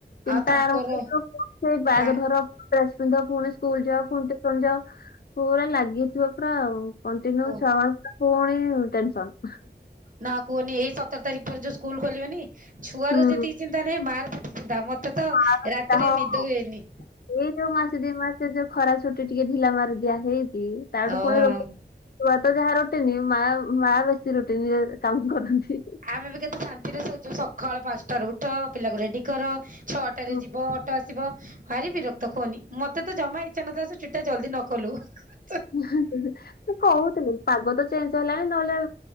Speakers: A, on the left (about 60°); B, on the right (about 45°).
A: ଚିନ୍ତା
B: ଆଉ ତାଙ୍କର
A: ଆରମ୍ଭୁ ସେ <unintelligible> ବାଗ୍
B: ତା
A: ଧର। ଡ୍ରେସ ପିନ୍ଧ ପୁଣି ସ୍କୁଲ ଯାଅ ପୁଣି ଟିସନ ଯାଅ ପୁରା ଲାଗିଥିବ ପୁରା ଆଉ। କଣ୍ଟିନ୍ୟୁ
B: ଓ
A: ଛୁଆ ମ ପୁଣି ଟେନସନ୍।
B: ନା କୁହନି ଏଇ ସତର ତାରିଖ ପରେ ଯୋଉ ସ୍କୁଲ ଖୋଲିବନି ଛୁଆର
A: ହୁଁ
B: ଯେତିକ ଚିନ୍ତା ନାହିଁ ମାଆର ସେତିକି ଚିନ୍ତା ମତେ ତ
A: ତାର ଚିନ୍ତା,
B: ରାତିରେ
A: ହଁ
B: ନିଦ
A: ହଁ।
B: ହୁଏନି।
A: ଏଇ ଯୋଉ ମାସେ ଦି ମାସେ ଯୋଉ ଖରା ଛୁଟି ଟିକେ ଢିଲା ମାରି ଦିଆ ହେଇଛି ତାଠୁ
B: ହଁ।
A: ପୁଣି ରୋ ଛୁଆ ତ ଯାହା ରୁଟିନି ମା ମା ବେଶୀ ରୁଟିନ କାମ କରନ୍ତି।
B: ଆମେ ବି କେତେ ଶାନ୍ତି ରେ ସୋଉଛ ସକାଳ ପାଞ୍ଚଟ ର ଉଠ ପିଲାକୁ ରେଡି କର ଛଅ ଟାରେ
A: ହୁଁ।
B: ଯିବ ଅଟୋ ଆସିବ। ଭାରି ବିରକ୍ତ କୁହନି ମତେ ତ ଜମା ଇଚ୍ଛା ନଥାଏ ସେ ଛୁଟି ଟା ଜଲ୍ଦୀ ନ ଖୋଲୁ।
A: ସେ କହୁଥିଲେ ପାଗ ତ ଚେଞ୍ଜ ହେଲାଣି ନହେଲେ